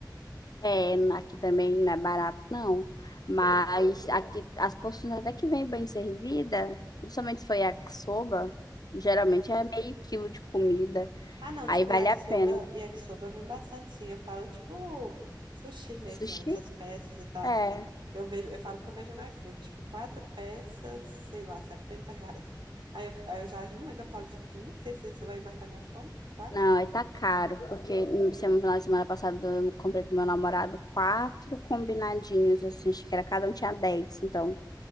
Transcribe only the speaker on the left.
É, aqui também não é barato, não. Mas aqui as porções até que vem bem servida, principalmente se for yakisoba, geralmente é meio quilo de comida.
Aí
vale
a pena.
Sushi?
É.
Não, aí tá caro, porque hum, se- no final de semana passada eu comprei com meu namorado quatro combinadinhos, assim, acho que era cada um tinha 10, então